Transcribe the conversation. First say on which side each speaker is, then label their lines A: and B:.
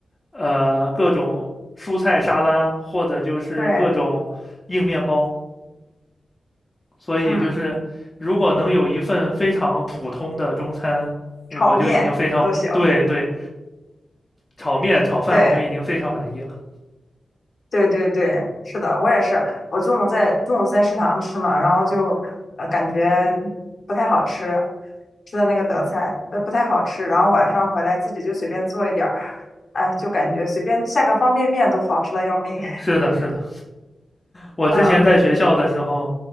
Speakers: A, on the left; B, on the left.
A: 呃各种蔬菜沙拉，或者就是各种硬面包。
B: 对，
A: 所以就是如果能有一份非常普通的中餐，
B: 嗯，炒面都行，
A: 呃我就已经非常对对，炒面炒饭我就已经非常满意了。
B: 对。对对对，是的，我也是。我中午在中午在食堂吃嘛，然后就呃感觉不太好吃，吃的那个德菜呃不太好吃，然后晚上回来自己就随便做一点儿，哎，就感觉随便下个方便面都好吃的要命。<laughs>
A: 是的，是的，我之前在学校的时候，
B: 嗯，